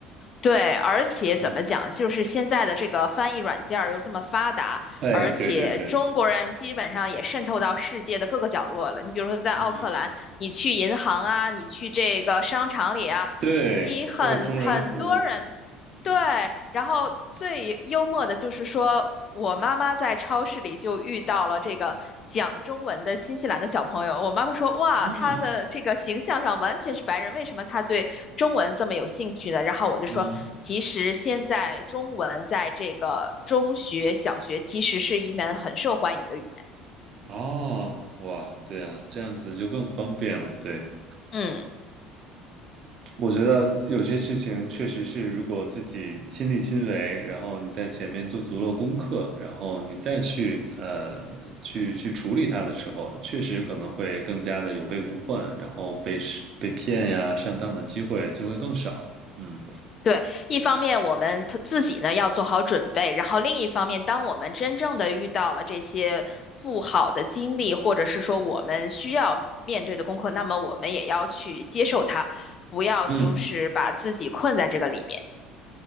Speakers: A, on the left; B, on the right.
A: 对，而且怎么讲，
B: 嗯，
A: 就是现在的这个翻译软件儿又这么发达，
B: 哎，
A: 而且中国人基本上也渗透到世界的各个角落了。
B: 对对对，
A: 你比如说在奥克兰，
B: 嗯，
A: 你去银行啊，你去这个商场里啊，
B: 对，
A: 你很很多人
B: 都有中人服务，嗯
A: 对，然后最幽默的就是说，我妈妈在超市里就遇到了这个讲中文的新西兰的小朋友。我妈妈说：“哇，
B: 嗯
A: 他的这个形象上完全是白人，为什么他对中文这么有兴趣呢？”然后我就说：
B: 嗯。
A: “其实现在中文在这个中学、小学其实是一门很受欢迎的语言。”
B: 哦，哇，对啊，这样子就更方便了。对，
A: 嗯。
B: 我觉得有些事情确实是，如果自己亲力亲为，然后你在前面做足了功课，然后你再去呃去去处理它的时候，确实可能会更加的有备无患，然后被是被骗呀、上当的机会就会更少。嗯
A: 对，一方面我们 t- 自己呢要做好准备，然后另一方面，当我们真正的遇到了这些不好的经历，或者是说我们需要面对的功课，那么我们也要去接受它，不要就是把自己困在这个里面。
B: 嗯，